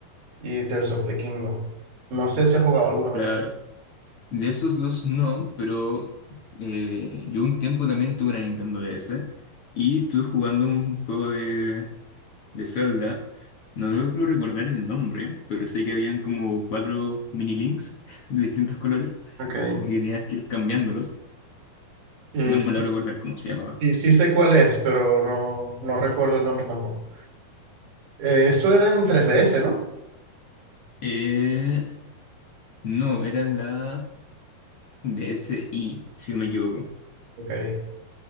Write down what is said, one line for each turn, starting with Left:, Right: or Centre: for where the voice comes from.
Right: y, y Tears of the Kingdom. No sé si has jugado alguna
Left: claro.
Right: vez.
Left: De esos dos no, pero eh, yo un tiempo también tuve una Nintendo DS y estuve jugando un juego de de Zelda. No logro recordar el nombre, pero sé que habían como cuatro mini links de distintos colores
Right: Ok. Eh,
Left: y tenías que ir cambiándolos.
Right: s-
Left: No me logro recordar cómo se llamaba.
Right: sí, sí sé cuál es, pero no, no recuerdo el nombre tampoco. Eh, eso era en 3DS, ¿no?
Left: Eh, no, era la D S I si no me equivoco.
Right: Ok.